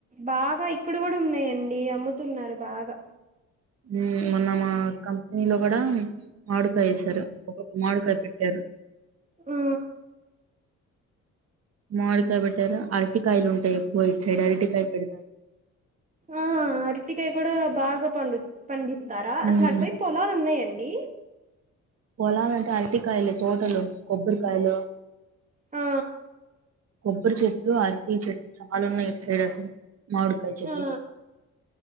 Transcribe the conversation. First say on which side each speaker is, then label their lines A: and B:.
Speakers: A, on the right; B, on the right.
A: బాగా ఇక్కడ గూడ ఉన్నయండి అమ్ముతున్నారు బాగా
B: ఊ మొన్న మా కంప్నీలో గూడా మాడుకాయ యేసేరు మామిడికాయ పెట్టేరు
A: ఆ
B: మాడికాయ పెట్టారా అరటికాయలుంటాయి ఎక్కువ ఇట్సైడ్ అరటికాయ పెడతారు
A: ఆ అరటికాయ కూడా బాగా పండు పండిస్ స్తారా అసలు
B: ఉమ్,
A: అటువైపు పొలాలు ఉన్నాయండి
B: పొలలు అంటే అరటికాయలు తోటలు కొబ్బరికాయలు
A: ఆ
B: కొబ్బరి చెట్లు అరటి చెట్లు చాలా ఉన్నాయి ఇటు సైడ్ అసలు మామిడికాయ చెట్లు
A: ఆ